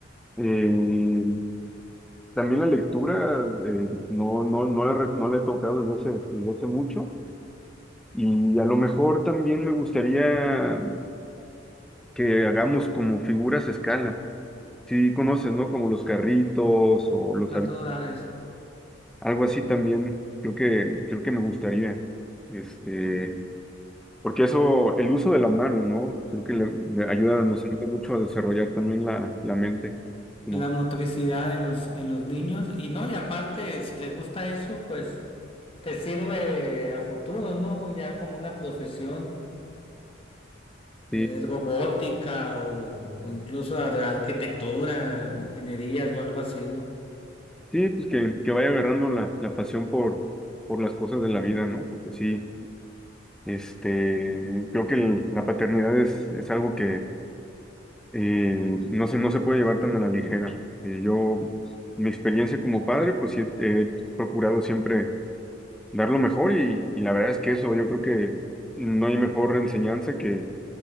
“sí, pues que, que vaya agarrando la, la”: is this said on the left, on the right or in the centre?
Centre